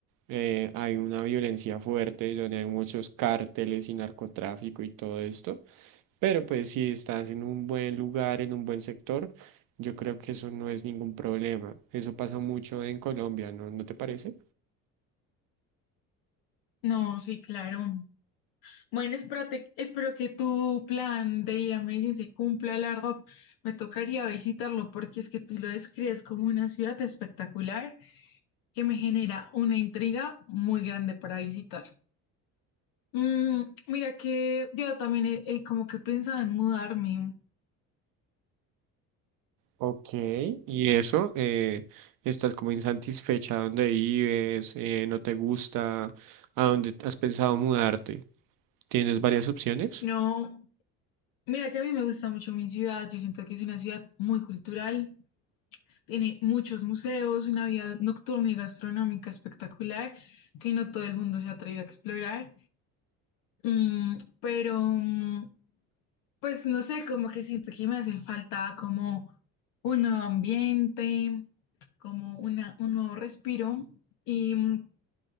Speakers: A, on the right; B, on the left.
A: eh, hay una violencia fuerte, donde hay muchos cárteles y narcotráfico y todo esto, pero pues si estás en un buen lugar, en un buen sector, yo creo que eso no es ningún problema. Eso pasa mucho en Colombia, ¿no? ¿No te parece?
B: No, sí, claro. Bueno, espérate, espero que tu plan de ir a Medellín se cumpla, la verdad. Me tocaría visitarlo porque es que tú lo describes como una ciudad espectacular que me genera una intriga muy grande para visitar. Mm, mira que yo también he- he como que pensaba en mudarme.
A: Ok, y eso, eh, estás como insatisfecha donde vives, eh, no te gusta, a dónde has pensado mudarte. ¿Tienes varias opciones?
B: No, Mira que a mí me gusta mucho mi ciudad, yo siento que es una ciudad muy cultural, tiene muchos museos, una vida nocturna y gastronómica espectacular que no todo el mundo se ha atrevido a explorar, Mm, pero mm, pues no sé, como que siento que me hace falta como un nuevo ambiente, como una, un nuevo respiro y mm,